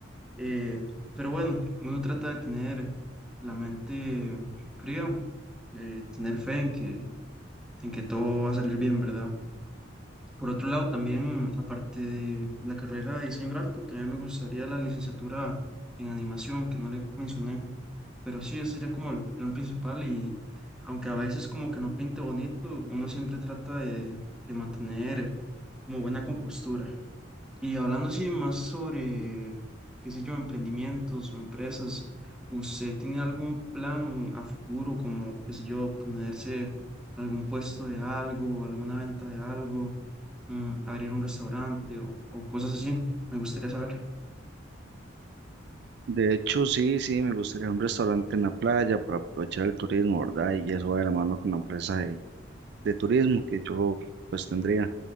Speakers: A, in the centre; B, on the right (about 55°).
A: eh, pero bueno, uno trata de tener la mente fría, eh, tener fe en que, en que todo va a salir bien, ¿verdad? Por otro lado, también, aparte de la carrera de diseño gráfico, también me gustaría la licenciatura en animación, que no le mencioné, pero sí, ese sería como el plan principal y aunque a veces como que no pinte bonito, uno siempre trata de, de mantener como buena compostura. Y hablando así más sobre, qué sé yo, emprendimientos o empresas, ¿usted tiene algún plan a futuro como, qué sé yo, ponerse algún puesto de algo, alguna venta de algo, mm, abrir un restaurante o, o cosas así? Me gustaría saber.
B: De hecho, sí, sí, me gustaría un restaurante en la playa para aprovechar el turismo, ¿verdad? Y eso va de la mano con la empresa de, de turismo que yo pues tendría.